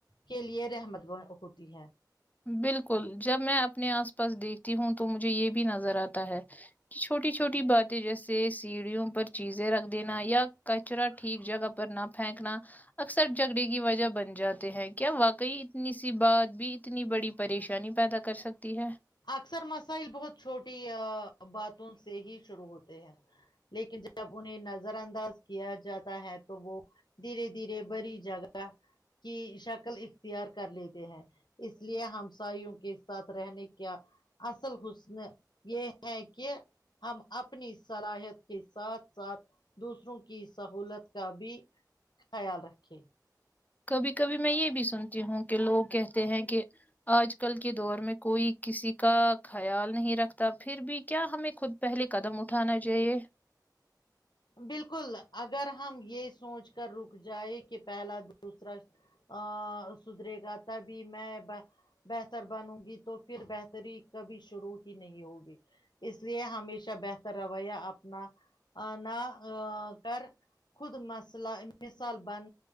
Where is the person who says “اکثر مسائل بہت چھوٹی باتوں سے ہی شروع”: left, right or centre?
Left